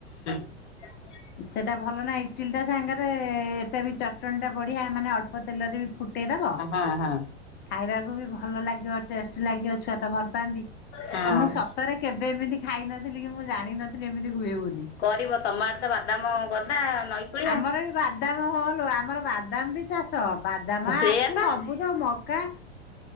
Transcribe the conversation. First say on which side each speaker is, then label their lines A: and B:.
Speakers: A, on the left; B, on the left.
A: <inaudible>
B: ସେଟା ଭଲ ନା ଇଟିଲି ଟା ସାଙ୍ଗରେ-ଏ ଏଟା ବି ଚଟଣି ଟା ବଢିଆ ମାନେ ଅଳ୍ପ ତେଲରେ ବି ଫୁଟ୍ ଟେ ଦବ।
A: ଅ, ହଁ।
B: ଖାଇବାକୁ ବି ଭଲ ଲାଗିବ, ଟେଷ୍ଟ ଲାଗିବ, ଛୁଆ ତ ଭଲ ପାଆନ୍ତି। ଆଉ
A: ହଁ।
B: ମୁଁ ସ ତରେ କେବେ ଏମିତି ଖାଇ ନଥିଲି କି, ମୁଁ ଜାଣିନଥିଲି ଏମିତି ହୁଏ ବୋଲି।
A: କରିବ ତମ ଆଡେ ତ ବାଦାମ ଗଦା ନଈ କୂଳିଆ
B: ଆମର ବି ବାଦାମ ହଁଲୋ, ଆମର ବାଦାମ ବି ଚାଷ ବାଦାମ
A: ସେଇଆ
B: ଆଖୁ
A: ପା।
B: ସବୁ ତ ମକା